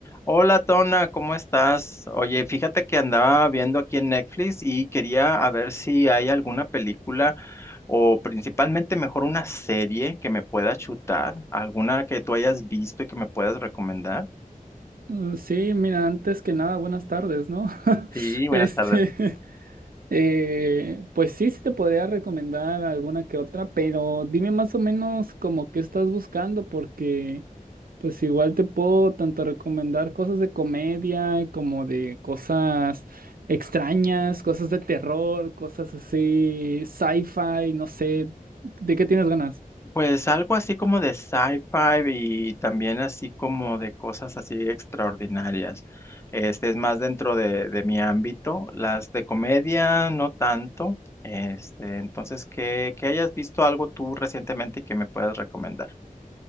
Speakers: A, on the left; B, on the right.
A: Hola Tona, ¿cómo estás? Oye, fíjate que andaba viendo aquí en Netflix y quería a ver si hay alguna película o principalmente mejor una serie que me pueda chutar, alguna que tú hayas visto y que me puedas recomendar.
B: Mm, Sí, mira, antes que nada, buenas tardes, ¿no? <laughs>
A: Sí, buenas
B: Este,
A: tardes.
B: <laughs> eh, pues sí, sí te podría recomendar alguna que otra, pero dime más o menos como qué estás buscando, porque pues igual te puedo tanto recomendar cosas de comedia como de cosas extrañas, cosas de terror, cosas así, sci-fi, no sé, ¿de qué tienes ganas?
A: Pues algo así como de sci-fi y también así como de cosas así extraordinarias. Este es más dentro de, de mi ámbito. Las de comedia no tanto. Este, entonces que, que hayas visto algo tú recientemente y que me puedas recomendar.